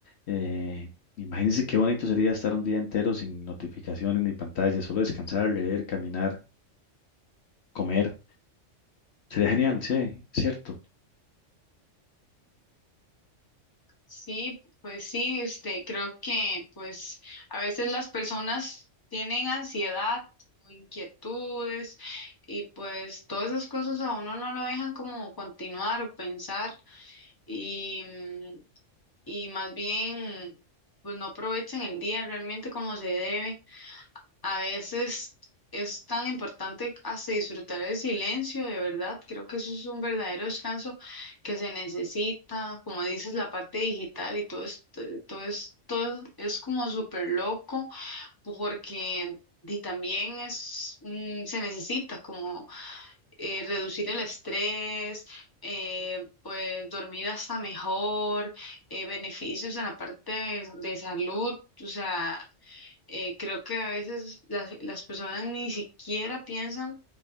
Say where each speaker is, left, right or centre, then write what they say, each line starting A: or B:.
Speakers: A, on the left (about 60°); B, on the left (about 20°).
A: eh, imagínense qué bonito sería estar un día entero sin notificaciones ni pantallas, solo descansar, leer, caminar, comer. Sería genial, sí, cierto.
B: Sí, pues sí, este, creo que pues a veces las personas tienen ansiedad o inquietudes y pues todas esas cosas a uno no lo dejan como continuar o pensar y, mm, y más bien pues no aprovechan el día realmente como se debe. A veces es tan importante hasta disfrutar el silencio, de verdad. Creo que eso es un verdadero descanso que se necesita. Como dices, la parte digital y todo es, todo es, todo es como súper loco porque y también es, mm, se necesita como eh, reducir el estrés, eh, pues dormir hasta mejor, eh, beneficios en la parte de de salud. O sea, eh, creo que a veces las, las personas ni siquiera piensan